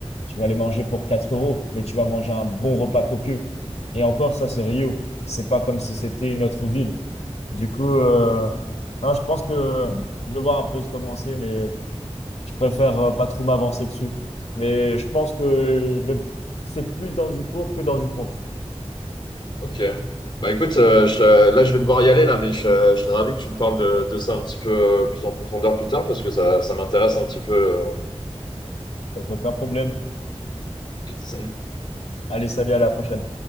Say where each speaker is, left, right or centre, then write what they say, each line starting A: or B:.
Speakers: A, on the left (about 70°); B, on the left (about 40°).
A: Tu vas aller manger pour 4 euros, mais tu vas manger un bon repas copieux. Et encore, ça, c'est Rio. C'est pas comme si c'était une autre ville. Du coup, euh, non, je pense que je vais voir un peu se commencer, mais je préfère euh, pas trop m'avancer dessus. Mais je pense que je vais- c'est plus dans du pour que dans du contre.
B: Ok. Bah écoute, euh, je serais- là je vais devoir y aller là, mais je, serais je serais ravi que tu me parles de, de ça un petit peu euh, plus en profondeur plus tard parce que ça, ça m'intéresse un petit peu.
A: Donc, aucun problème.
B: euh,
A: Allez, salut, à la prochaine.